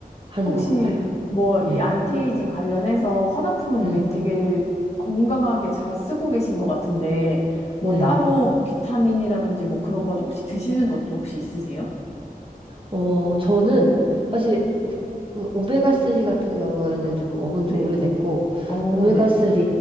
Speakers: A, on the right; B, on the left.
A: 하는
B: 혹시
A: 것 같아요.
B: 뭐
A: 네,
B: 이 안티에이징 관련해서 화장품은
A: 네,
B: 이미 되게 건강하게 잘 쓰고 계신 것 같은데, 뭐
A: 네.
B: 따로 비타민이라든지 뭐 그런 것도 혹시 드시는 것도 혹시 있으세요?
A: 어, 저는 사실 오메가3 같은 경우에는 좀 먹은 지
B: 네.
A: 오래됐고,
B: 어,
A: 오메가3,
B: 네.